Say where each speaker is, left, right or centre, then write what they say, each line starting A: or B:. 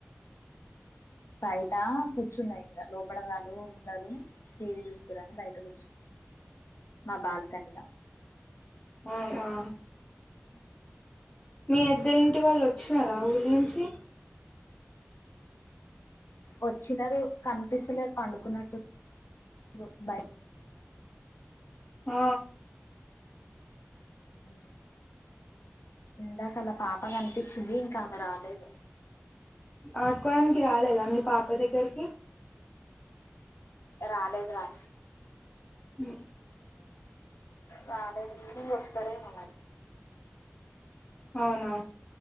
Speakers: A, on the left (about 75°); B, on the left (about 25°).
A: బయట కూర్చున్నా ఇంక లోపడ గాల్లు ఉన్నరు టీ వీ చూస్తుర్రని బయట కూర్చున్నా మా బాల్కనీ ల
B: అయ్ ఆ
A: అ
B: మీ ఎద్దురింటి వాళ్ళు వచ్చినారా ఊరి నుంచి
A: ఊ వచ్చినరు కనిపిస్తలేరు పండుకున్నట్టు బ్రో బై
B: ఆ
A: ఊ ఇందాక ఆళ్ళ పాప గన్పిచ్చింది ఇంక ఆమె రాలేదు
B: ఆడుకోవడానికి రాలేదా మీ పాప దగ్గరికి
A: రాలేదు రా
B: ఊ
A: రాలేదు ఈవింగ్ వస్తారేమో మరి
B: అవునా